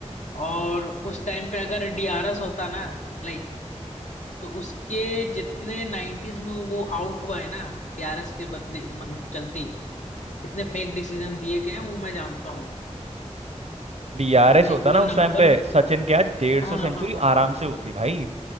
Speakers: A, on the left; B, on the right.
A: और उस टाइम पे अगर डीआरएस होता ना लाइक तो उसके जितने 90s में वो आउट हुआ है ना डीआरएस के बदले मतलब चलती कितने फेक डिसीजन दिए गए हैं वो मैं जानता हूँ
B: डीआरएस
A: तो लाइक
B: होता
A: वो
B: ना
A: नंबर
B: उस टाइम पे सचिन के आज डेढ़
A: हाँ
B: सौ सेंचुरी
A: हाँ हाँ
B: आराम से होती भाई